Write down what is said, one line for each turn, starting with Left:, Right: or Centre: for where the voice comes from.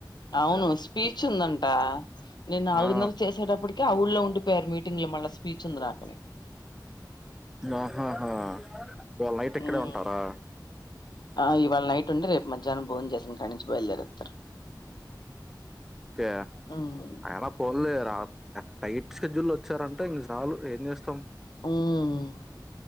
Left: అవును స్పీచ్ ఉందంట నేను నాలుగున్నందలు
Centre: ఆ
Left: చేసేటప్పటిక ఆ ఊళ్ళో ఉండిపోయారు మీటింగ్ లో మళ్ళా స్పీచ్ ఉంది రాకలి
Centre: ఆహాహా వాళ నైట్ ఎక్కడే
Left: మ్మ్
Centre: ఉంటారా
Left: ఆ ఇవాళ నైట్ ఉండ రేపు మధ్యా్న భోజన్ చేసినని కాడి నుంచి బయలుదేరుస్తారు
Centre: కే
Left: మ్మ్
Centre: అయనా పొర్లే టైట్ షెడ్యూల్ వచ్చారంటే ఇంక చాలు ఏం చేస్తాం
Left: మ్మ్